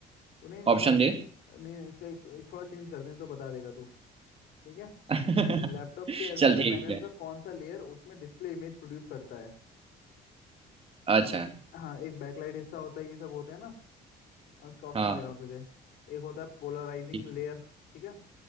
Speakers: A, on the left; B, on the right.
A: वो नहीं नहीं
B: ऑप्शन
A: सॉरी
B: दे
A: नहीं इसका एक थोड़ा चेंज कर दें तो बता देगा तू ठीक है
B: <laughs>
A: लैपटॉप के एलसीडी
B: चल ठीक
A: पैनल
B: है
A: का कौन सा लेयर उसमें डिस्प्ले इमेज प्रोड्यूस करता है
B: अच्छा
A: क्योंकि हाँ एक बैकलाइट हिस्सा होता है ये सब होता है ना अब इसका ऑप्शन
B: हाँ
A: दे रहा हूँ तुझे एक होता है पोलराइजिंग
B: ठीक
A: लेयर ठीक है